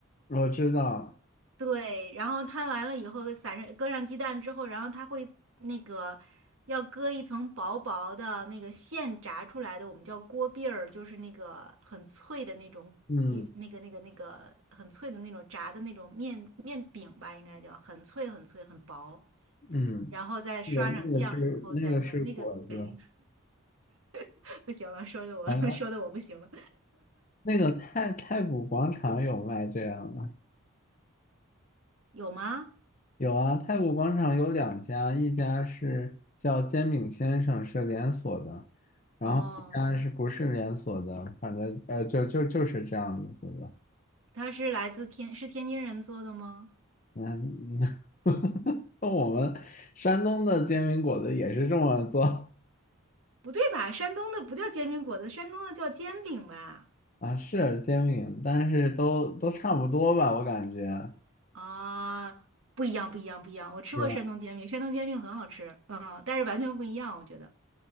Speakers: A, on the left (about 35°); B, on the right (about 75°).
A: 我知道，
B: 对，然后摊完了以后，撒上搁上鸡蛋之后，然后它会那个要搁一层薄薄的那个现炸出来的，我们叫锅篦儿，就是那个很脆的那种与那个那个那个很脆的那种炸的那种面面饼吧，
A: 嗯
B: 应该叫很脆很脆很薄，
A: 嗯。
B: 然后再刷上酱以后再弄那个，
A: 那个那个是那个是果子，
B: 哎，<laughs> 不行了，说的我
A: 好像
B: <laughs> 说的我不行了，
A: 那个太太古广场有卖这样的，
B: 有吗？
A: 有啊，太古广场有两家，一家是叫煎饼先生，是连锁的，然后一家是不是连锁的，
B: 哦，
A: 反正呃就就就是这样子的，
B: 它是来自天是天津人做的吗？
A: 嗯，<laughs> 那我们山东的煎饼果子也是这么做
B: 不对吧？山东的不叫煎饼果子，山东的叫煎饼吧？
A: 啊，是煎饼，但是都都差不多吧，我感觉，
B: 啊，不一样，不一样，不一样。我吃过山东煎饼，
A: 对
B: 山东煎饼很好吃，嗯，但是完全不一样，我觉得